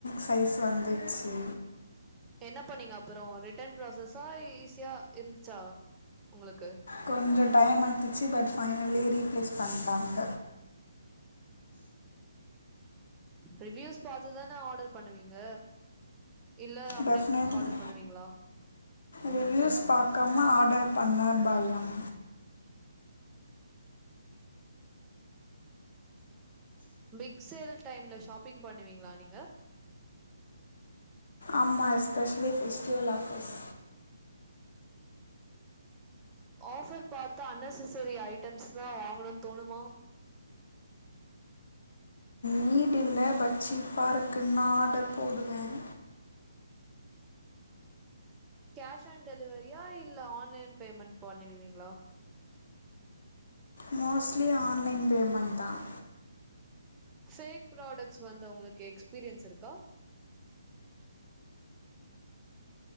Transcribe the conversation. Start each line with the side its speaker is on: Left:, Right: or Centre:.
Left: சைஸ் வந்துட்ச்சி
Right: என்ன பண்ணிங்க அப்புறோ ரிட்டன் ப்ராசஸா ஈஸியா இருந்துச்சா உங்களுக்கு
Left: கொஞ்சோ டைம் எட்துச்சி பட் ஃபைனலி ரீப்ளேஸ் பண்ட்டாங்க
Right: ரிவியூஸ் பாத்துதானே ஆடர் பண்ணுவீங்க இல்ல அப்டியே
Left: டெஃபனட்லி
Right: ஆர்டர் பண்ணுவீங்களா
Left: ரிவ்யூஸ் பாக்காம ஆர்டர் பண்ண பயம்
Right: பிக் சேல் டைம்ல ஷாப்பிங் பண்ணுவீங்களா நீங்க
Left: ஆமா yes specially festival offers
Right: offer பாத்து அன்நெஸ்ஸரி ஐட்டம்ஸ்லாம் வாங்கணும்னு தோணுமா
Left: நீடு இல்ல பட் சீப்பாருக்குன்னா ஆர்டர் போடுவேன்
Right: கேஷ் ஆன் டெலிவரியா இல்ல ஆன்லைன் பேமெண்ட் பண்ணிடுவீங்களா
Left: மோஸ்ட்லி ஆன்லைன் பேமெண்ட் தான்
Right: ஃபேக் ப்ராடக்ட்ஸ் வந்த உங்களுக்கு எக்ஸ்பீரியன்ஸ் இருக்கா